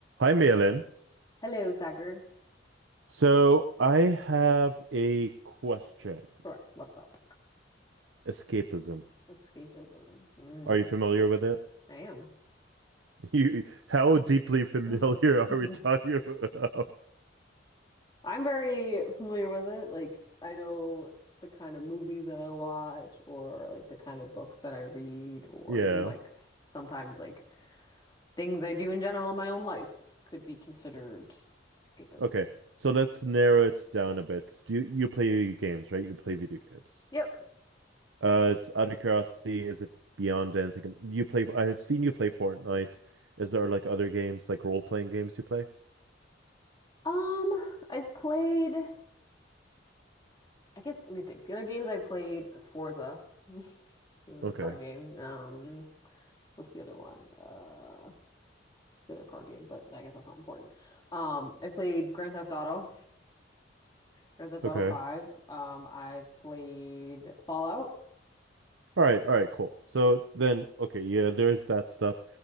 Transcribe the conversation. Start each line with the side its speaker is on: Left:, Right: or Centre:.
Right: Hi, Malin.
Left: Hello, Sagar.
Right: So I have a question.
Left: Sure. What's up?
Right: Escapism.
Left: Escapism. Mm,
Right: Are you familiar with it?
Left: I am.
Right: <laughs> You, how deeply familiar
Left: <laughs>
Right: are we talking about?
Left: I'm very familiar with it. Like, I know the kind of movies that I watch, or like the kind of books that I read, or
Right: Yeah.
Left: even like s- sometimes like things I do in general in my own life could be considered escapism.
Right: Okay. So let's narrow it down a bit. Do you, you play games, right? You play video games.
Left: Yep.
Right: Uh, it's out of curiosity, is it beyond anything? You play, I have seen you play Fortnite. Is there like other games, like role-playing games you play?
Left: Um, I've played, I guess, let me think. The other games I played, Forza, <laughs> the
Right: Okay.
Left: car game. Um, what's the other one? Uh, the other car game, but I guess that's not important. Um, I played Grand Theft Auto, Grand Theft
Right: Okay.
Left: Auto 5. Um, I've played Fallout.
Right: All right, all right, cool. So then, okay, yeah, there is that stuff.